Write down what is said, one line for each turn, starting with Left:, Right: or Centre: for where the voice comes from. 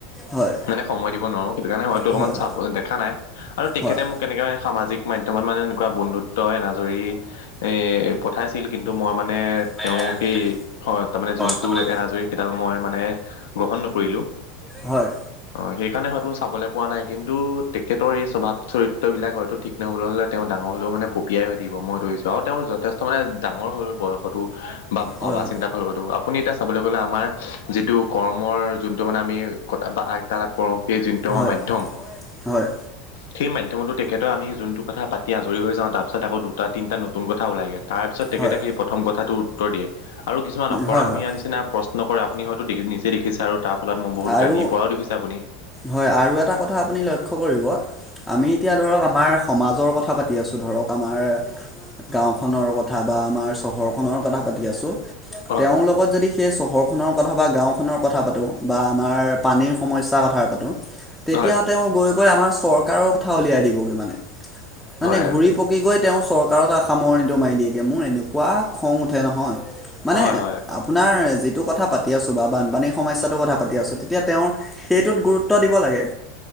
Centre: হয়
Left: মানে সময় দিব নোৱাৰো সেইটো কাৰণে হয়তো
Centre: হয়
Left: অকণমান
Centre: হয়
Left: চাব দেখা নাই। আৰু তেখেতে
Centre: হয়।
Left: মোক এনেকে মানে সামাজিক মাধ্যয়মত মানে এনেকুৱা বন্ধুত্ব এনাজৰী, এ পঠাইছিল কিন্তু মই মানে,
Centre: মানে
Left: তেওঁ সেই তাৰ মানে যোনটো
Centre: তাৰমানে
Left: এনাজৰী কেইডাল মই মানে গ্ৰহণ নকৰিলো। <unintelligible>
Centre: হয়
Left: অ', সেইকাৰণে হয়তো চাবলৈ পোৱা নাই কিন্তু তেখেতৰ এই স্বভাৱ চৰিত্ৰ বিলাক হয়তো ঠিক, হ'বলৈ হলে তেওঁ ডাঙৰ হলে মানে পপিয়াই থাকিব মই ধৰিছোঁ, আৰু তেওঁৰ যথেষ্ট মানে ডাঙৰ হ'ল বয়সতো বা
Centre: হয়
Left: ভাবা চিন্তা ফলো আপুনি এতিয়া, চাবলৈ গ'লে আমাৰ যিটো কৰ্মৰ যোনটো মানে আমি কটা বা তাল, কৰো সেই যোনটো আমাৰ
Centre: হয়
Left: মাধ্যম,
Centre: হয়
Left: সেই মাধ্যমতো তেখেতৰ আমি যোনটো কথা পাতি আজৰি হৈ যাওঁ তাৰ পিছত আকৌ দুটা তিনিটা নতুন কথা ওলাই গে। তাৰপিছত তেখেতে
Centre: হয়
Left: সেই প্ৰথম কথাটো উত্তৰ দিয়ে আৰু কিছুমান অকৰামূৰীয়া
Centre: হয় হয়
Left: নিচিনা, প্ৰশ্ন কৰে আপুনি হয়তো দি নিজে দেখিছে আৰু তাৰ ফলত মই বহুত
Centre: আৰু
Left: গালিৰ পৰাও দেখিছে আপুনি,
Centre: হয় আৰু এটা কথা আপুনি লক্ষ্য কৰিব আমি এতিয়া ধৰক আমাৰ, সমাজৰ কথা পাতি আছোঁ ধৰক আমাৰ, গাঁওখনৰ কথা বা আমাৰ চহৰখনৰ কথা পাতি আছো
Left: হয়
Centre: তেওঁৰ
Left: হয়
Centre: লগত যদি, সেই চহৰখনৰ কথা বা গাঁওখনৰ কথা পাতোঁ বা আমাৰ পানীৰ সমস্যাৰ কথা পাতোঁ, তেতিয়া
Left: হয়
Centre: তেওঁ গৈ গৈ আমাৰ চৰকাৰৰ কথা উলিয়াই দিবগৈ মানে মানে
Left: হয়
Centre: ঘূৰি, পকী গৈ তেওঁ চৰকাৰৰ আ সামৰণিটো মাৰি দিয়ে মোৰ এনে, এনেকুৱা খং উঠে নহয় মানে
Left: হয় হয়
Centre: আ, আপোনাৰ যিটো কথা পাতি আছোঁ বা বানপানীৰ সমস্যাটোৰ কথা পাতি আছোঁ তেতিয়া তেওঁৰ সেইটোত গুৰুত্ব, ত দিব লাগে